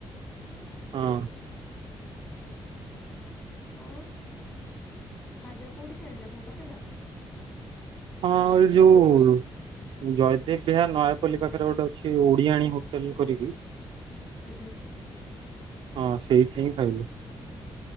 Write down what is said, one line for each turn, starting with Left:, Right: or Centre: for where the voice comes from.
Right: ହଁ। ହ
Left: ଆଉ ଖାଦ୍ୟ କୋଉଠି ଖାଇଲେ ଭଲ ଥିଲା?
Right: ହଁ ଏ ଯୋଉ ଜୟଦେବ ବିହାର ନୟାପଲ୍ଲୀ ପାଖରେ ଗୋଟେ ଅଛି ଓଡ଼ିଆଣି ହୋଟେଲ କରିକି।
Left: ଆଜ୍ଞା।
Right: ହଁ ସେଇଠି ହିଁ ଖାଇଲୁ।